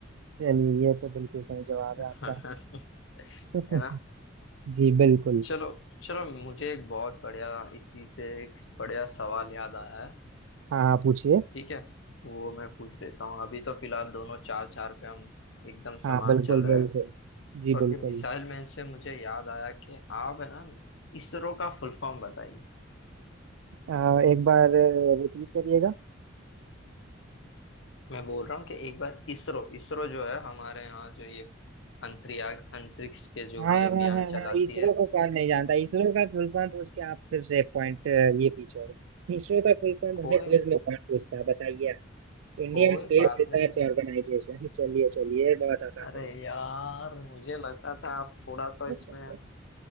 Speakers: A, on the right (about 75°); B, on the left (about 65°).
A: चलिए ये तो बिल्कुल सही जवाब
B: है
A: है आपका <laughs>
B: ना
A: जी बिल्कुल
B: चलो चलो मुझे एक बहुत बढ़िया इसी से एक बढ़िया सवाल याद आया है
A: हाँ हाँ पूछिए
B: ठीक है वो मैं पूछ लेता हूँ अभी तो फिलहाल दोनों चार चार पे हम एकदम
A: हाँ
B: समान
A: बिल्कुल
B: चल रहे
A: बिल्कुल
B: हैं
A: जी
B: पर
A: बिल्कुल
B: ये मिसाइल मैन से मुझे याद आया कि आप है ना इसरो का फुल फॉर्म बताइए
A: अ, एक बार रिपीट करिएगा
B: मैं बोल रहा हूँ कि एक बार इसरो इसरो जो है हमारे यहाँ जो ये अंतरिक्ष अंतरिक्ष के जो
A: हाँ
B: भी अभियान
A: हाँ हाँ हाँ
B: चलाती
A: इसरो
B: है
A: को कौन नहीं जानता
B: इ-
A: इसरो का फुल फॉर्म पूछ के आप फिर से पॉइंट ये पीछे हो गए। इसरो का फुल फॉर्म
B: कोई
A: मुझे क्विज में कौन पूछता है बताइए आप। इंडियन
B: कोई
A: स्पेस
B: बात
A: रिसर्च
B: नहीं
A: ऑर्गेनाइजेशन चलिए चलिए ये बहुत आसान
B: अरे
A: हो
B: यार मुझे लगा था आप थोड़ा तो
A: गया
B: इसमें